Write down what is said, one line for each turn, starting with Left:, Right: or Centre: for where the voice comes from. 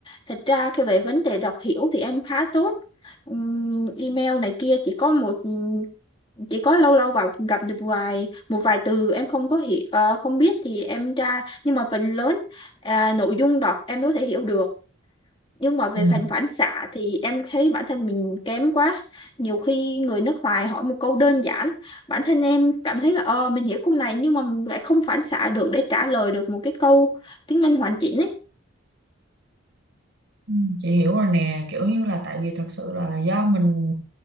Left: Thật ra khi về vấn đề đọc hiểu thì em khá tốt. Ừm, email này kia chỉ có một ừm, chỉ có lâu lâu vào gặp được vài một vài từ em không có hiểu ờ, không biết thì em tra nhưng mà phần lớn à, nội dung đọc em có thể hiểu được nhưng mà về
Right: Ừ.
Left: phần phản xạ thì em thấy bản thân mình kém quá nhiều khi người nước ngoài hỏi một câu đơn giản bản thân em cảm thấy là ờ mình hiểu câu này nhưng mà mình lại không phản xạ được để trả lời được một cái câu tiếng Anh hoàn chỉnh ấy
Right: Ừ. Chị hiểu rồi nè, kiểu như là tại vì thật sự là do mình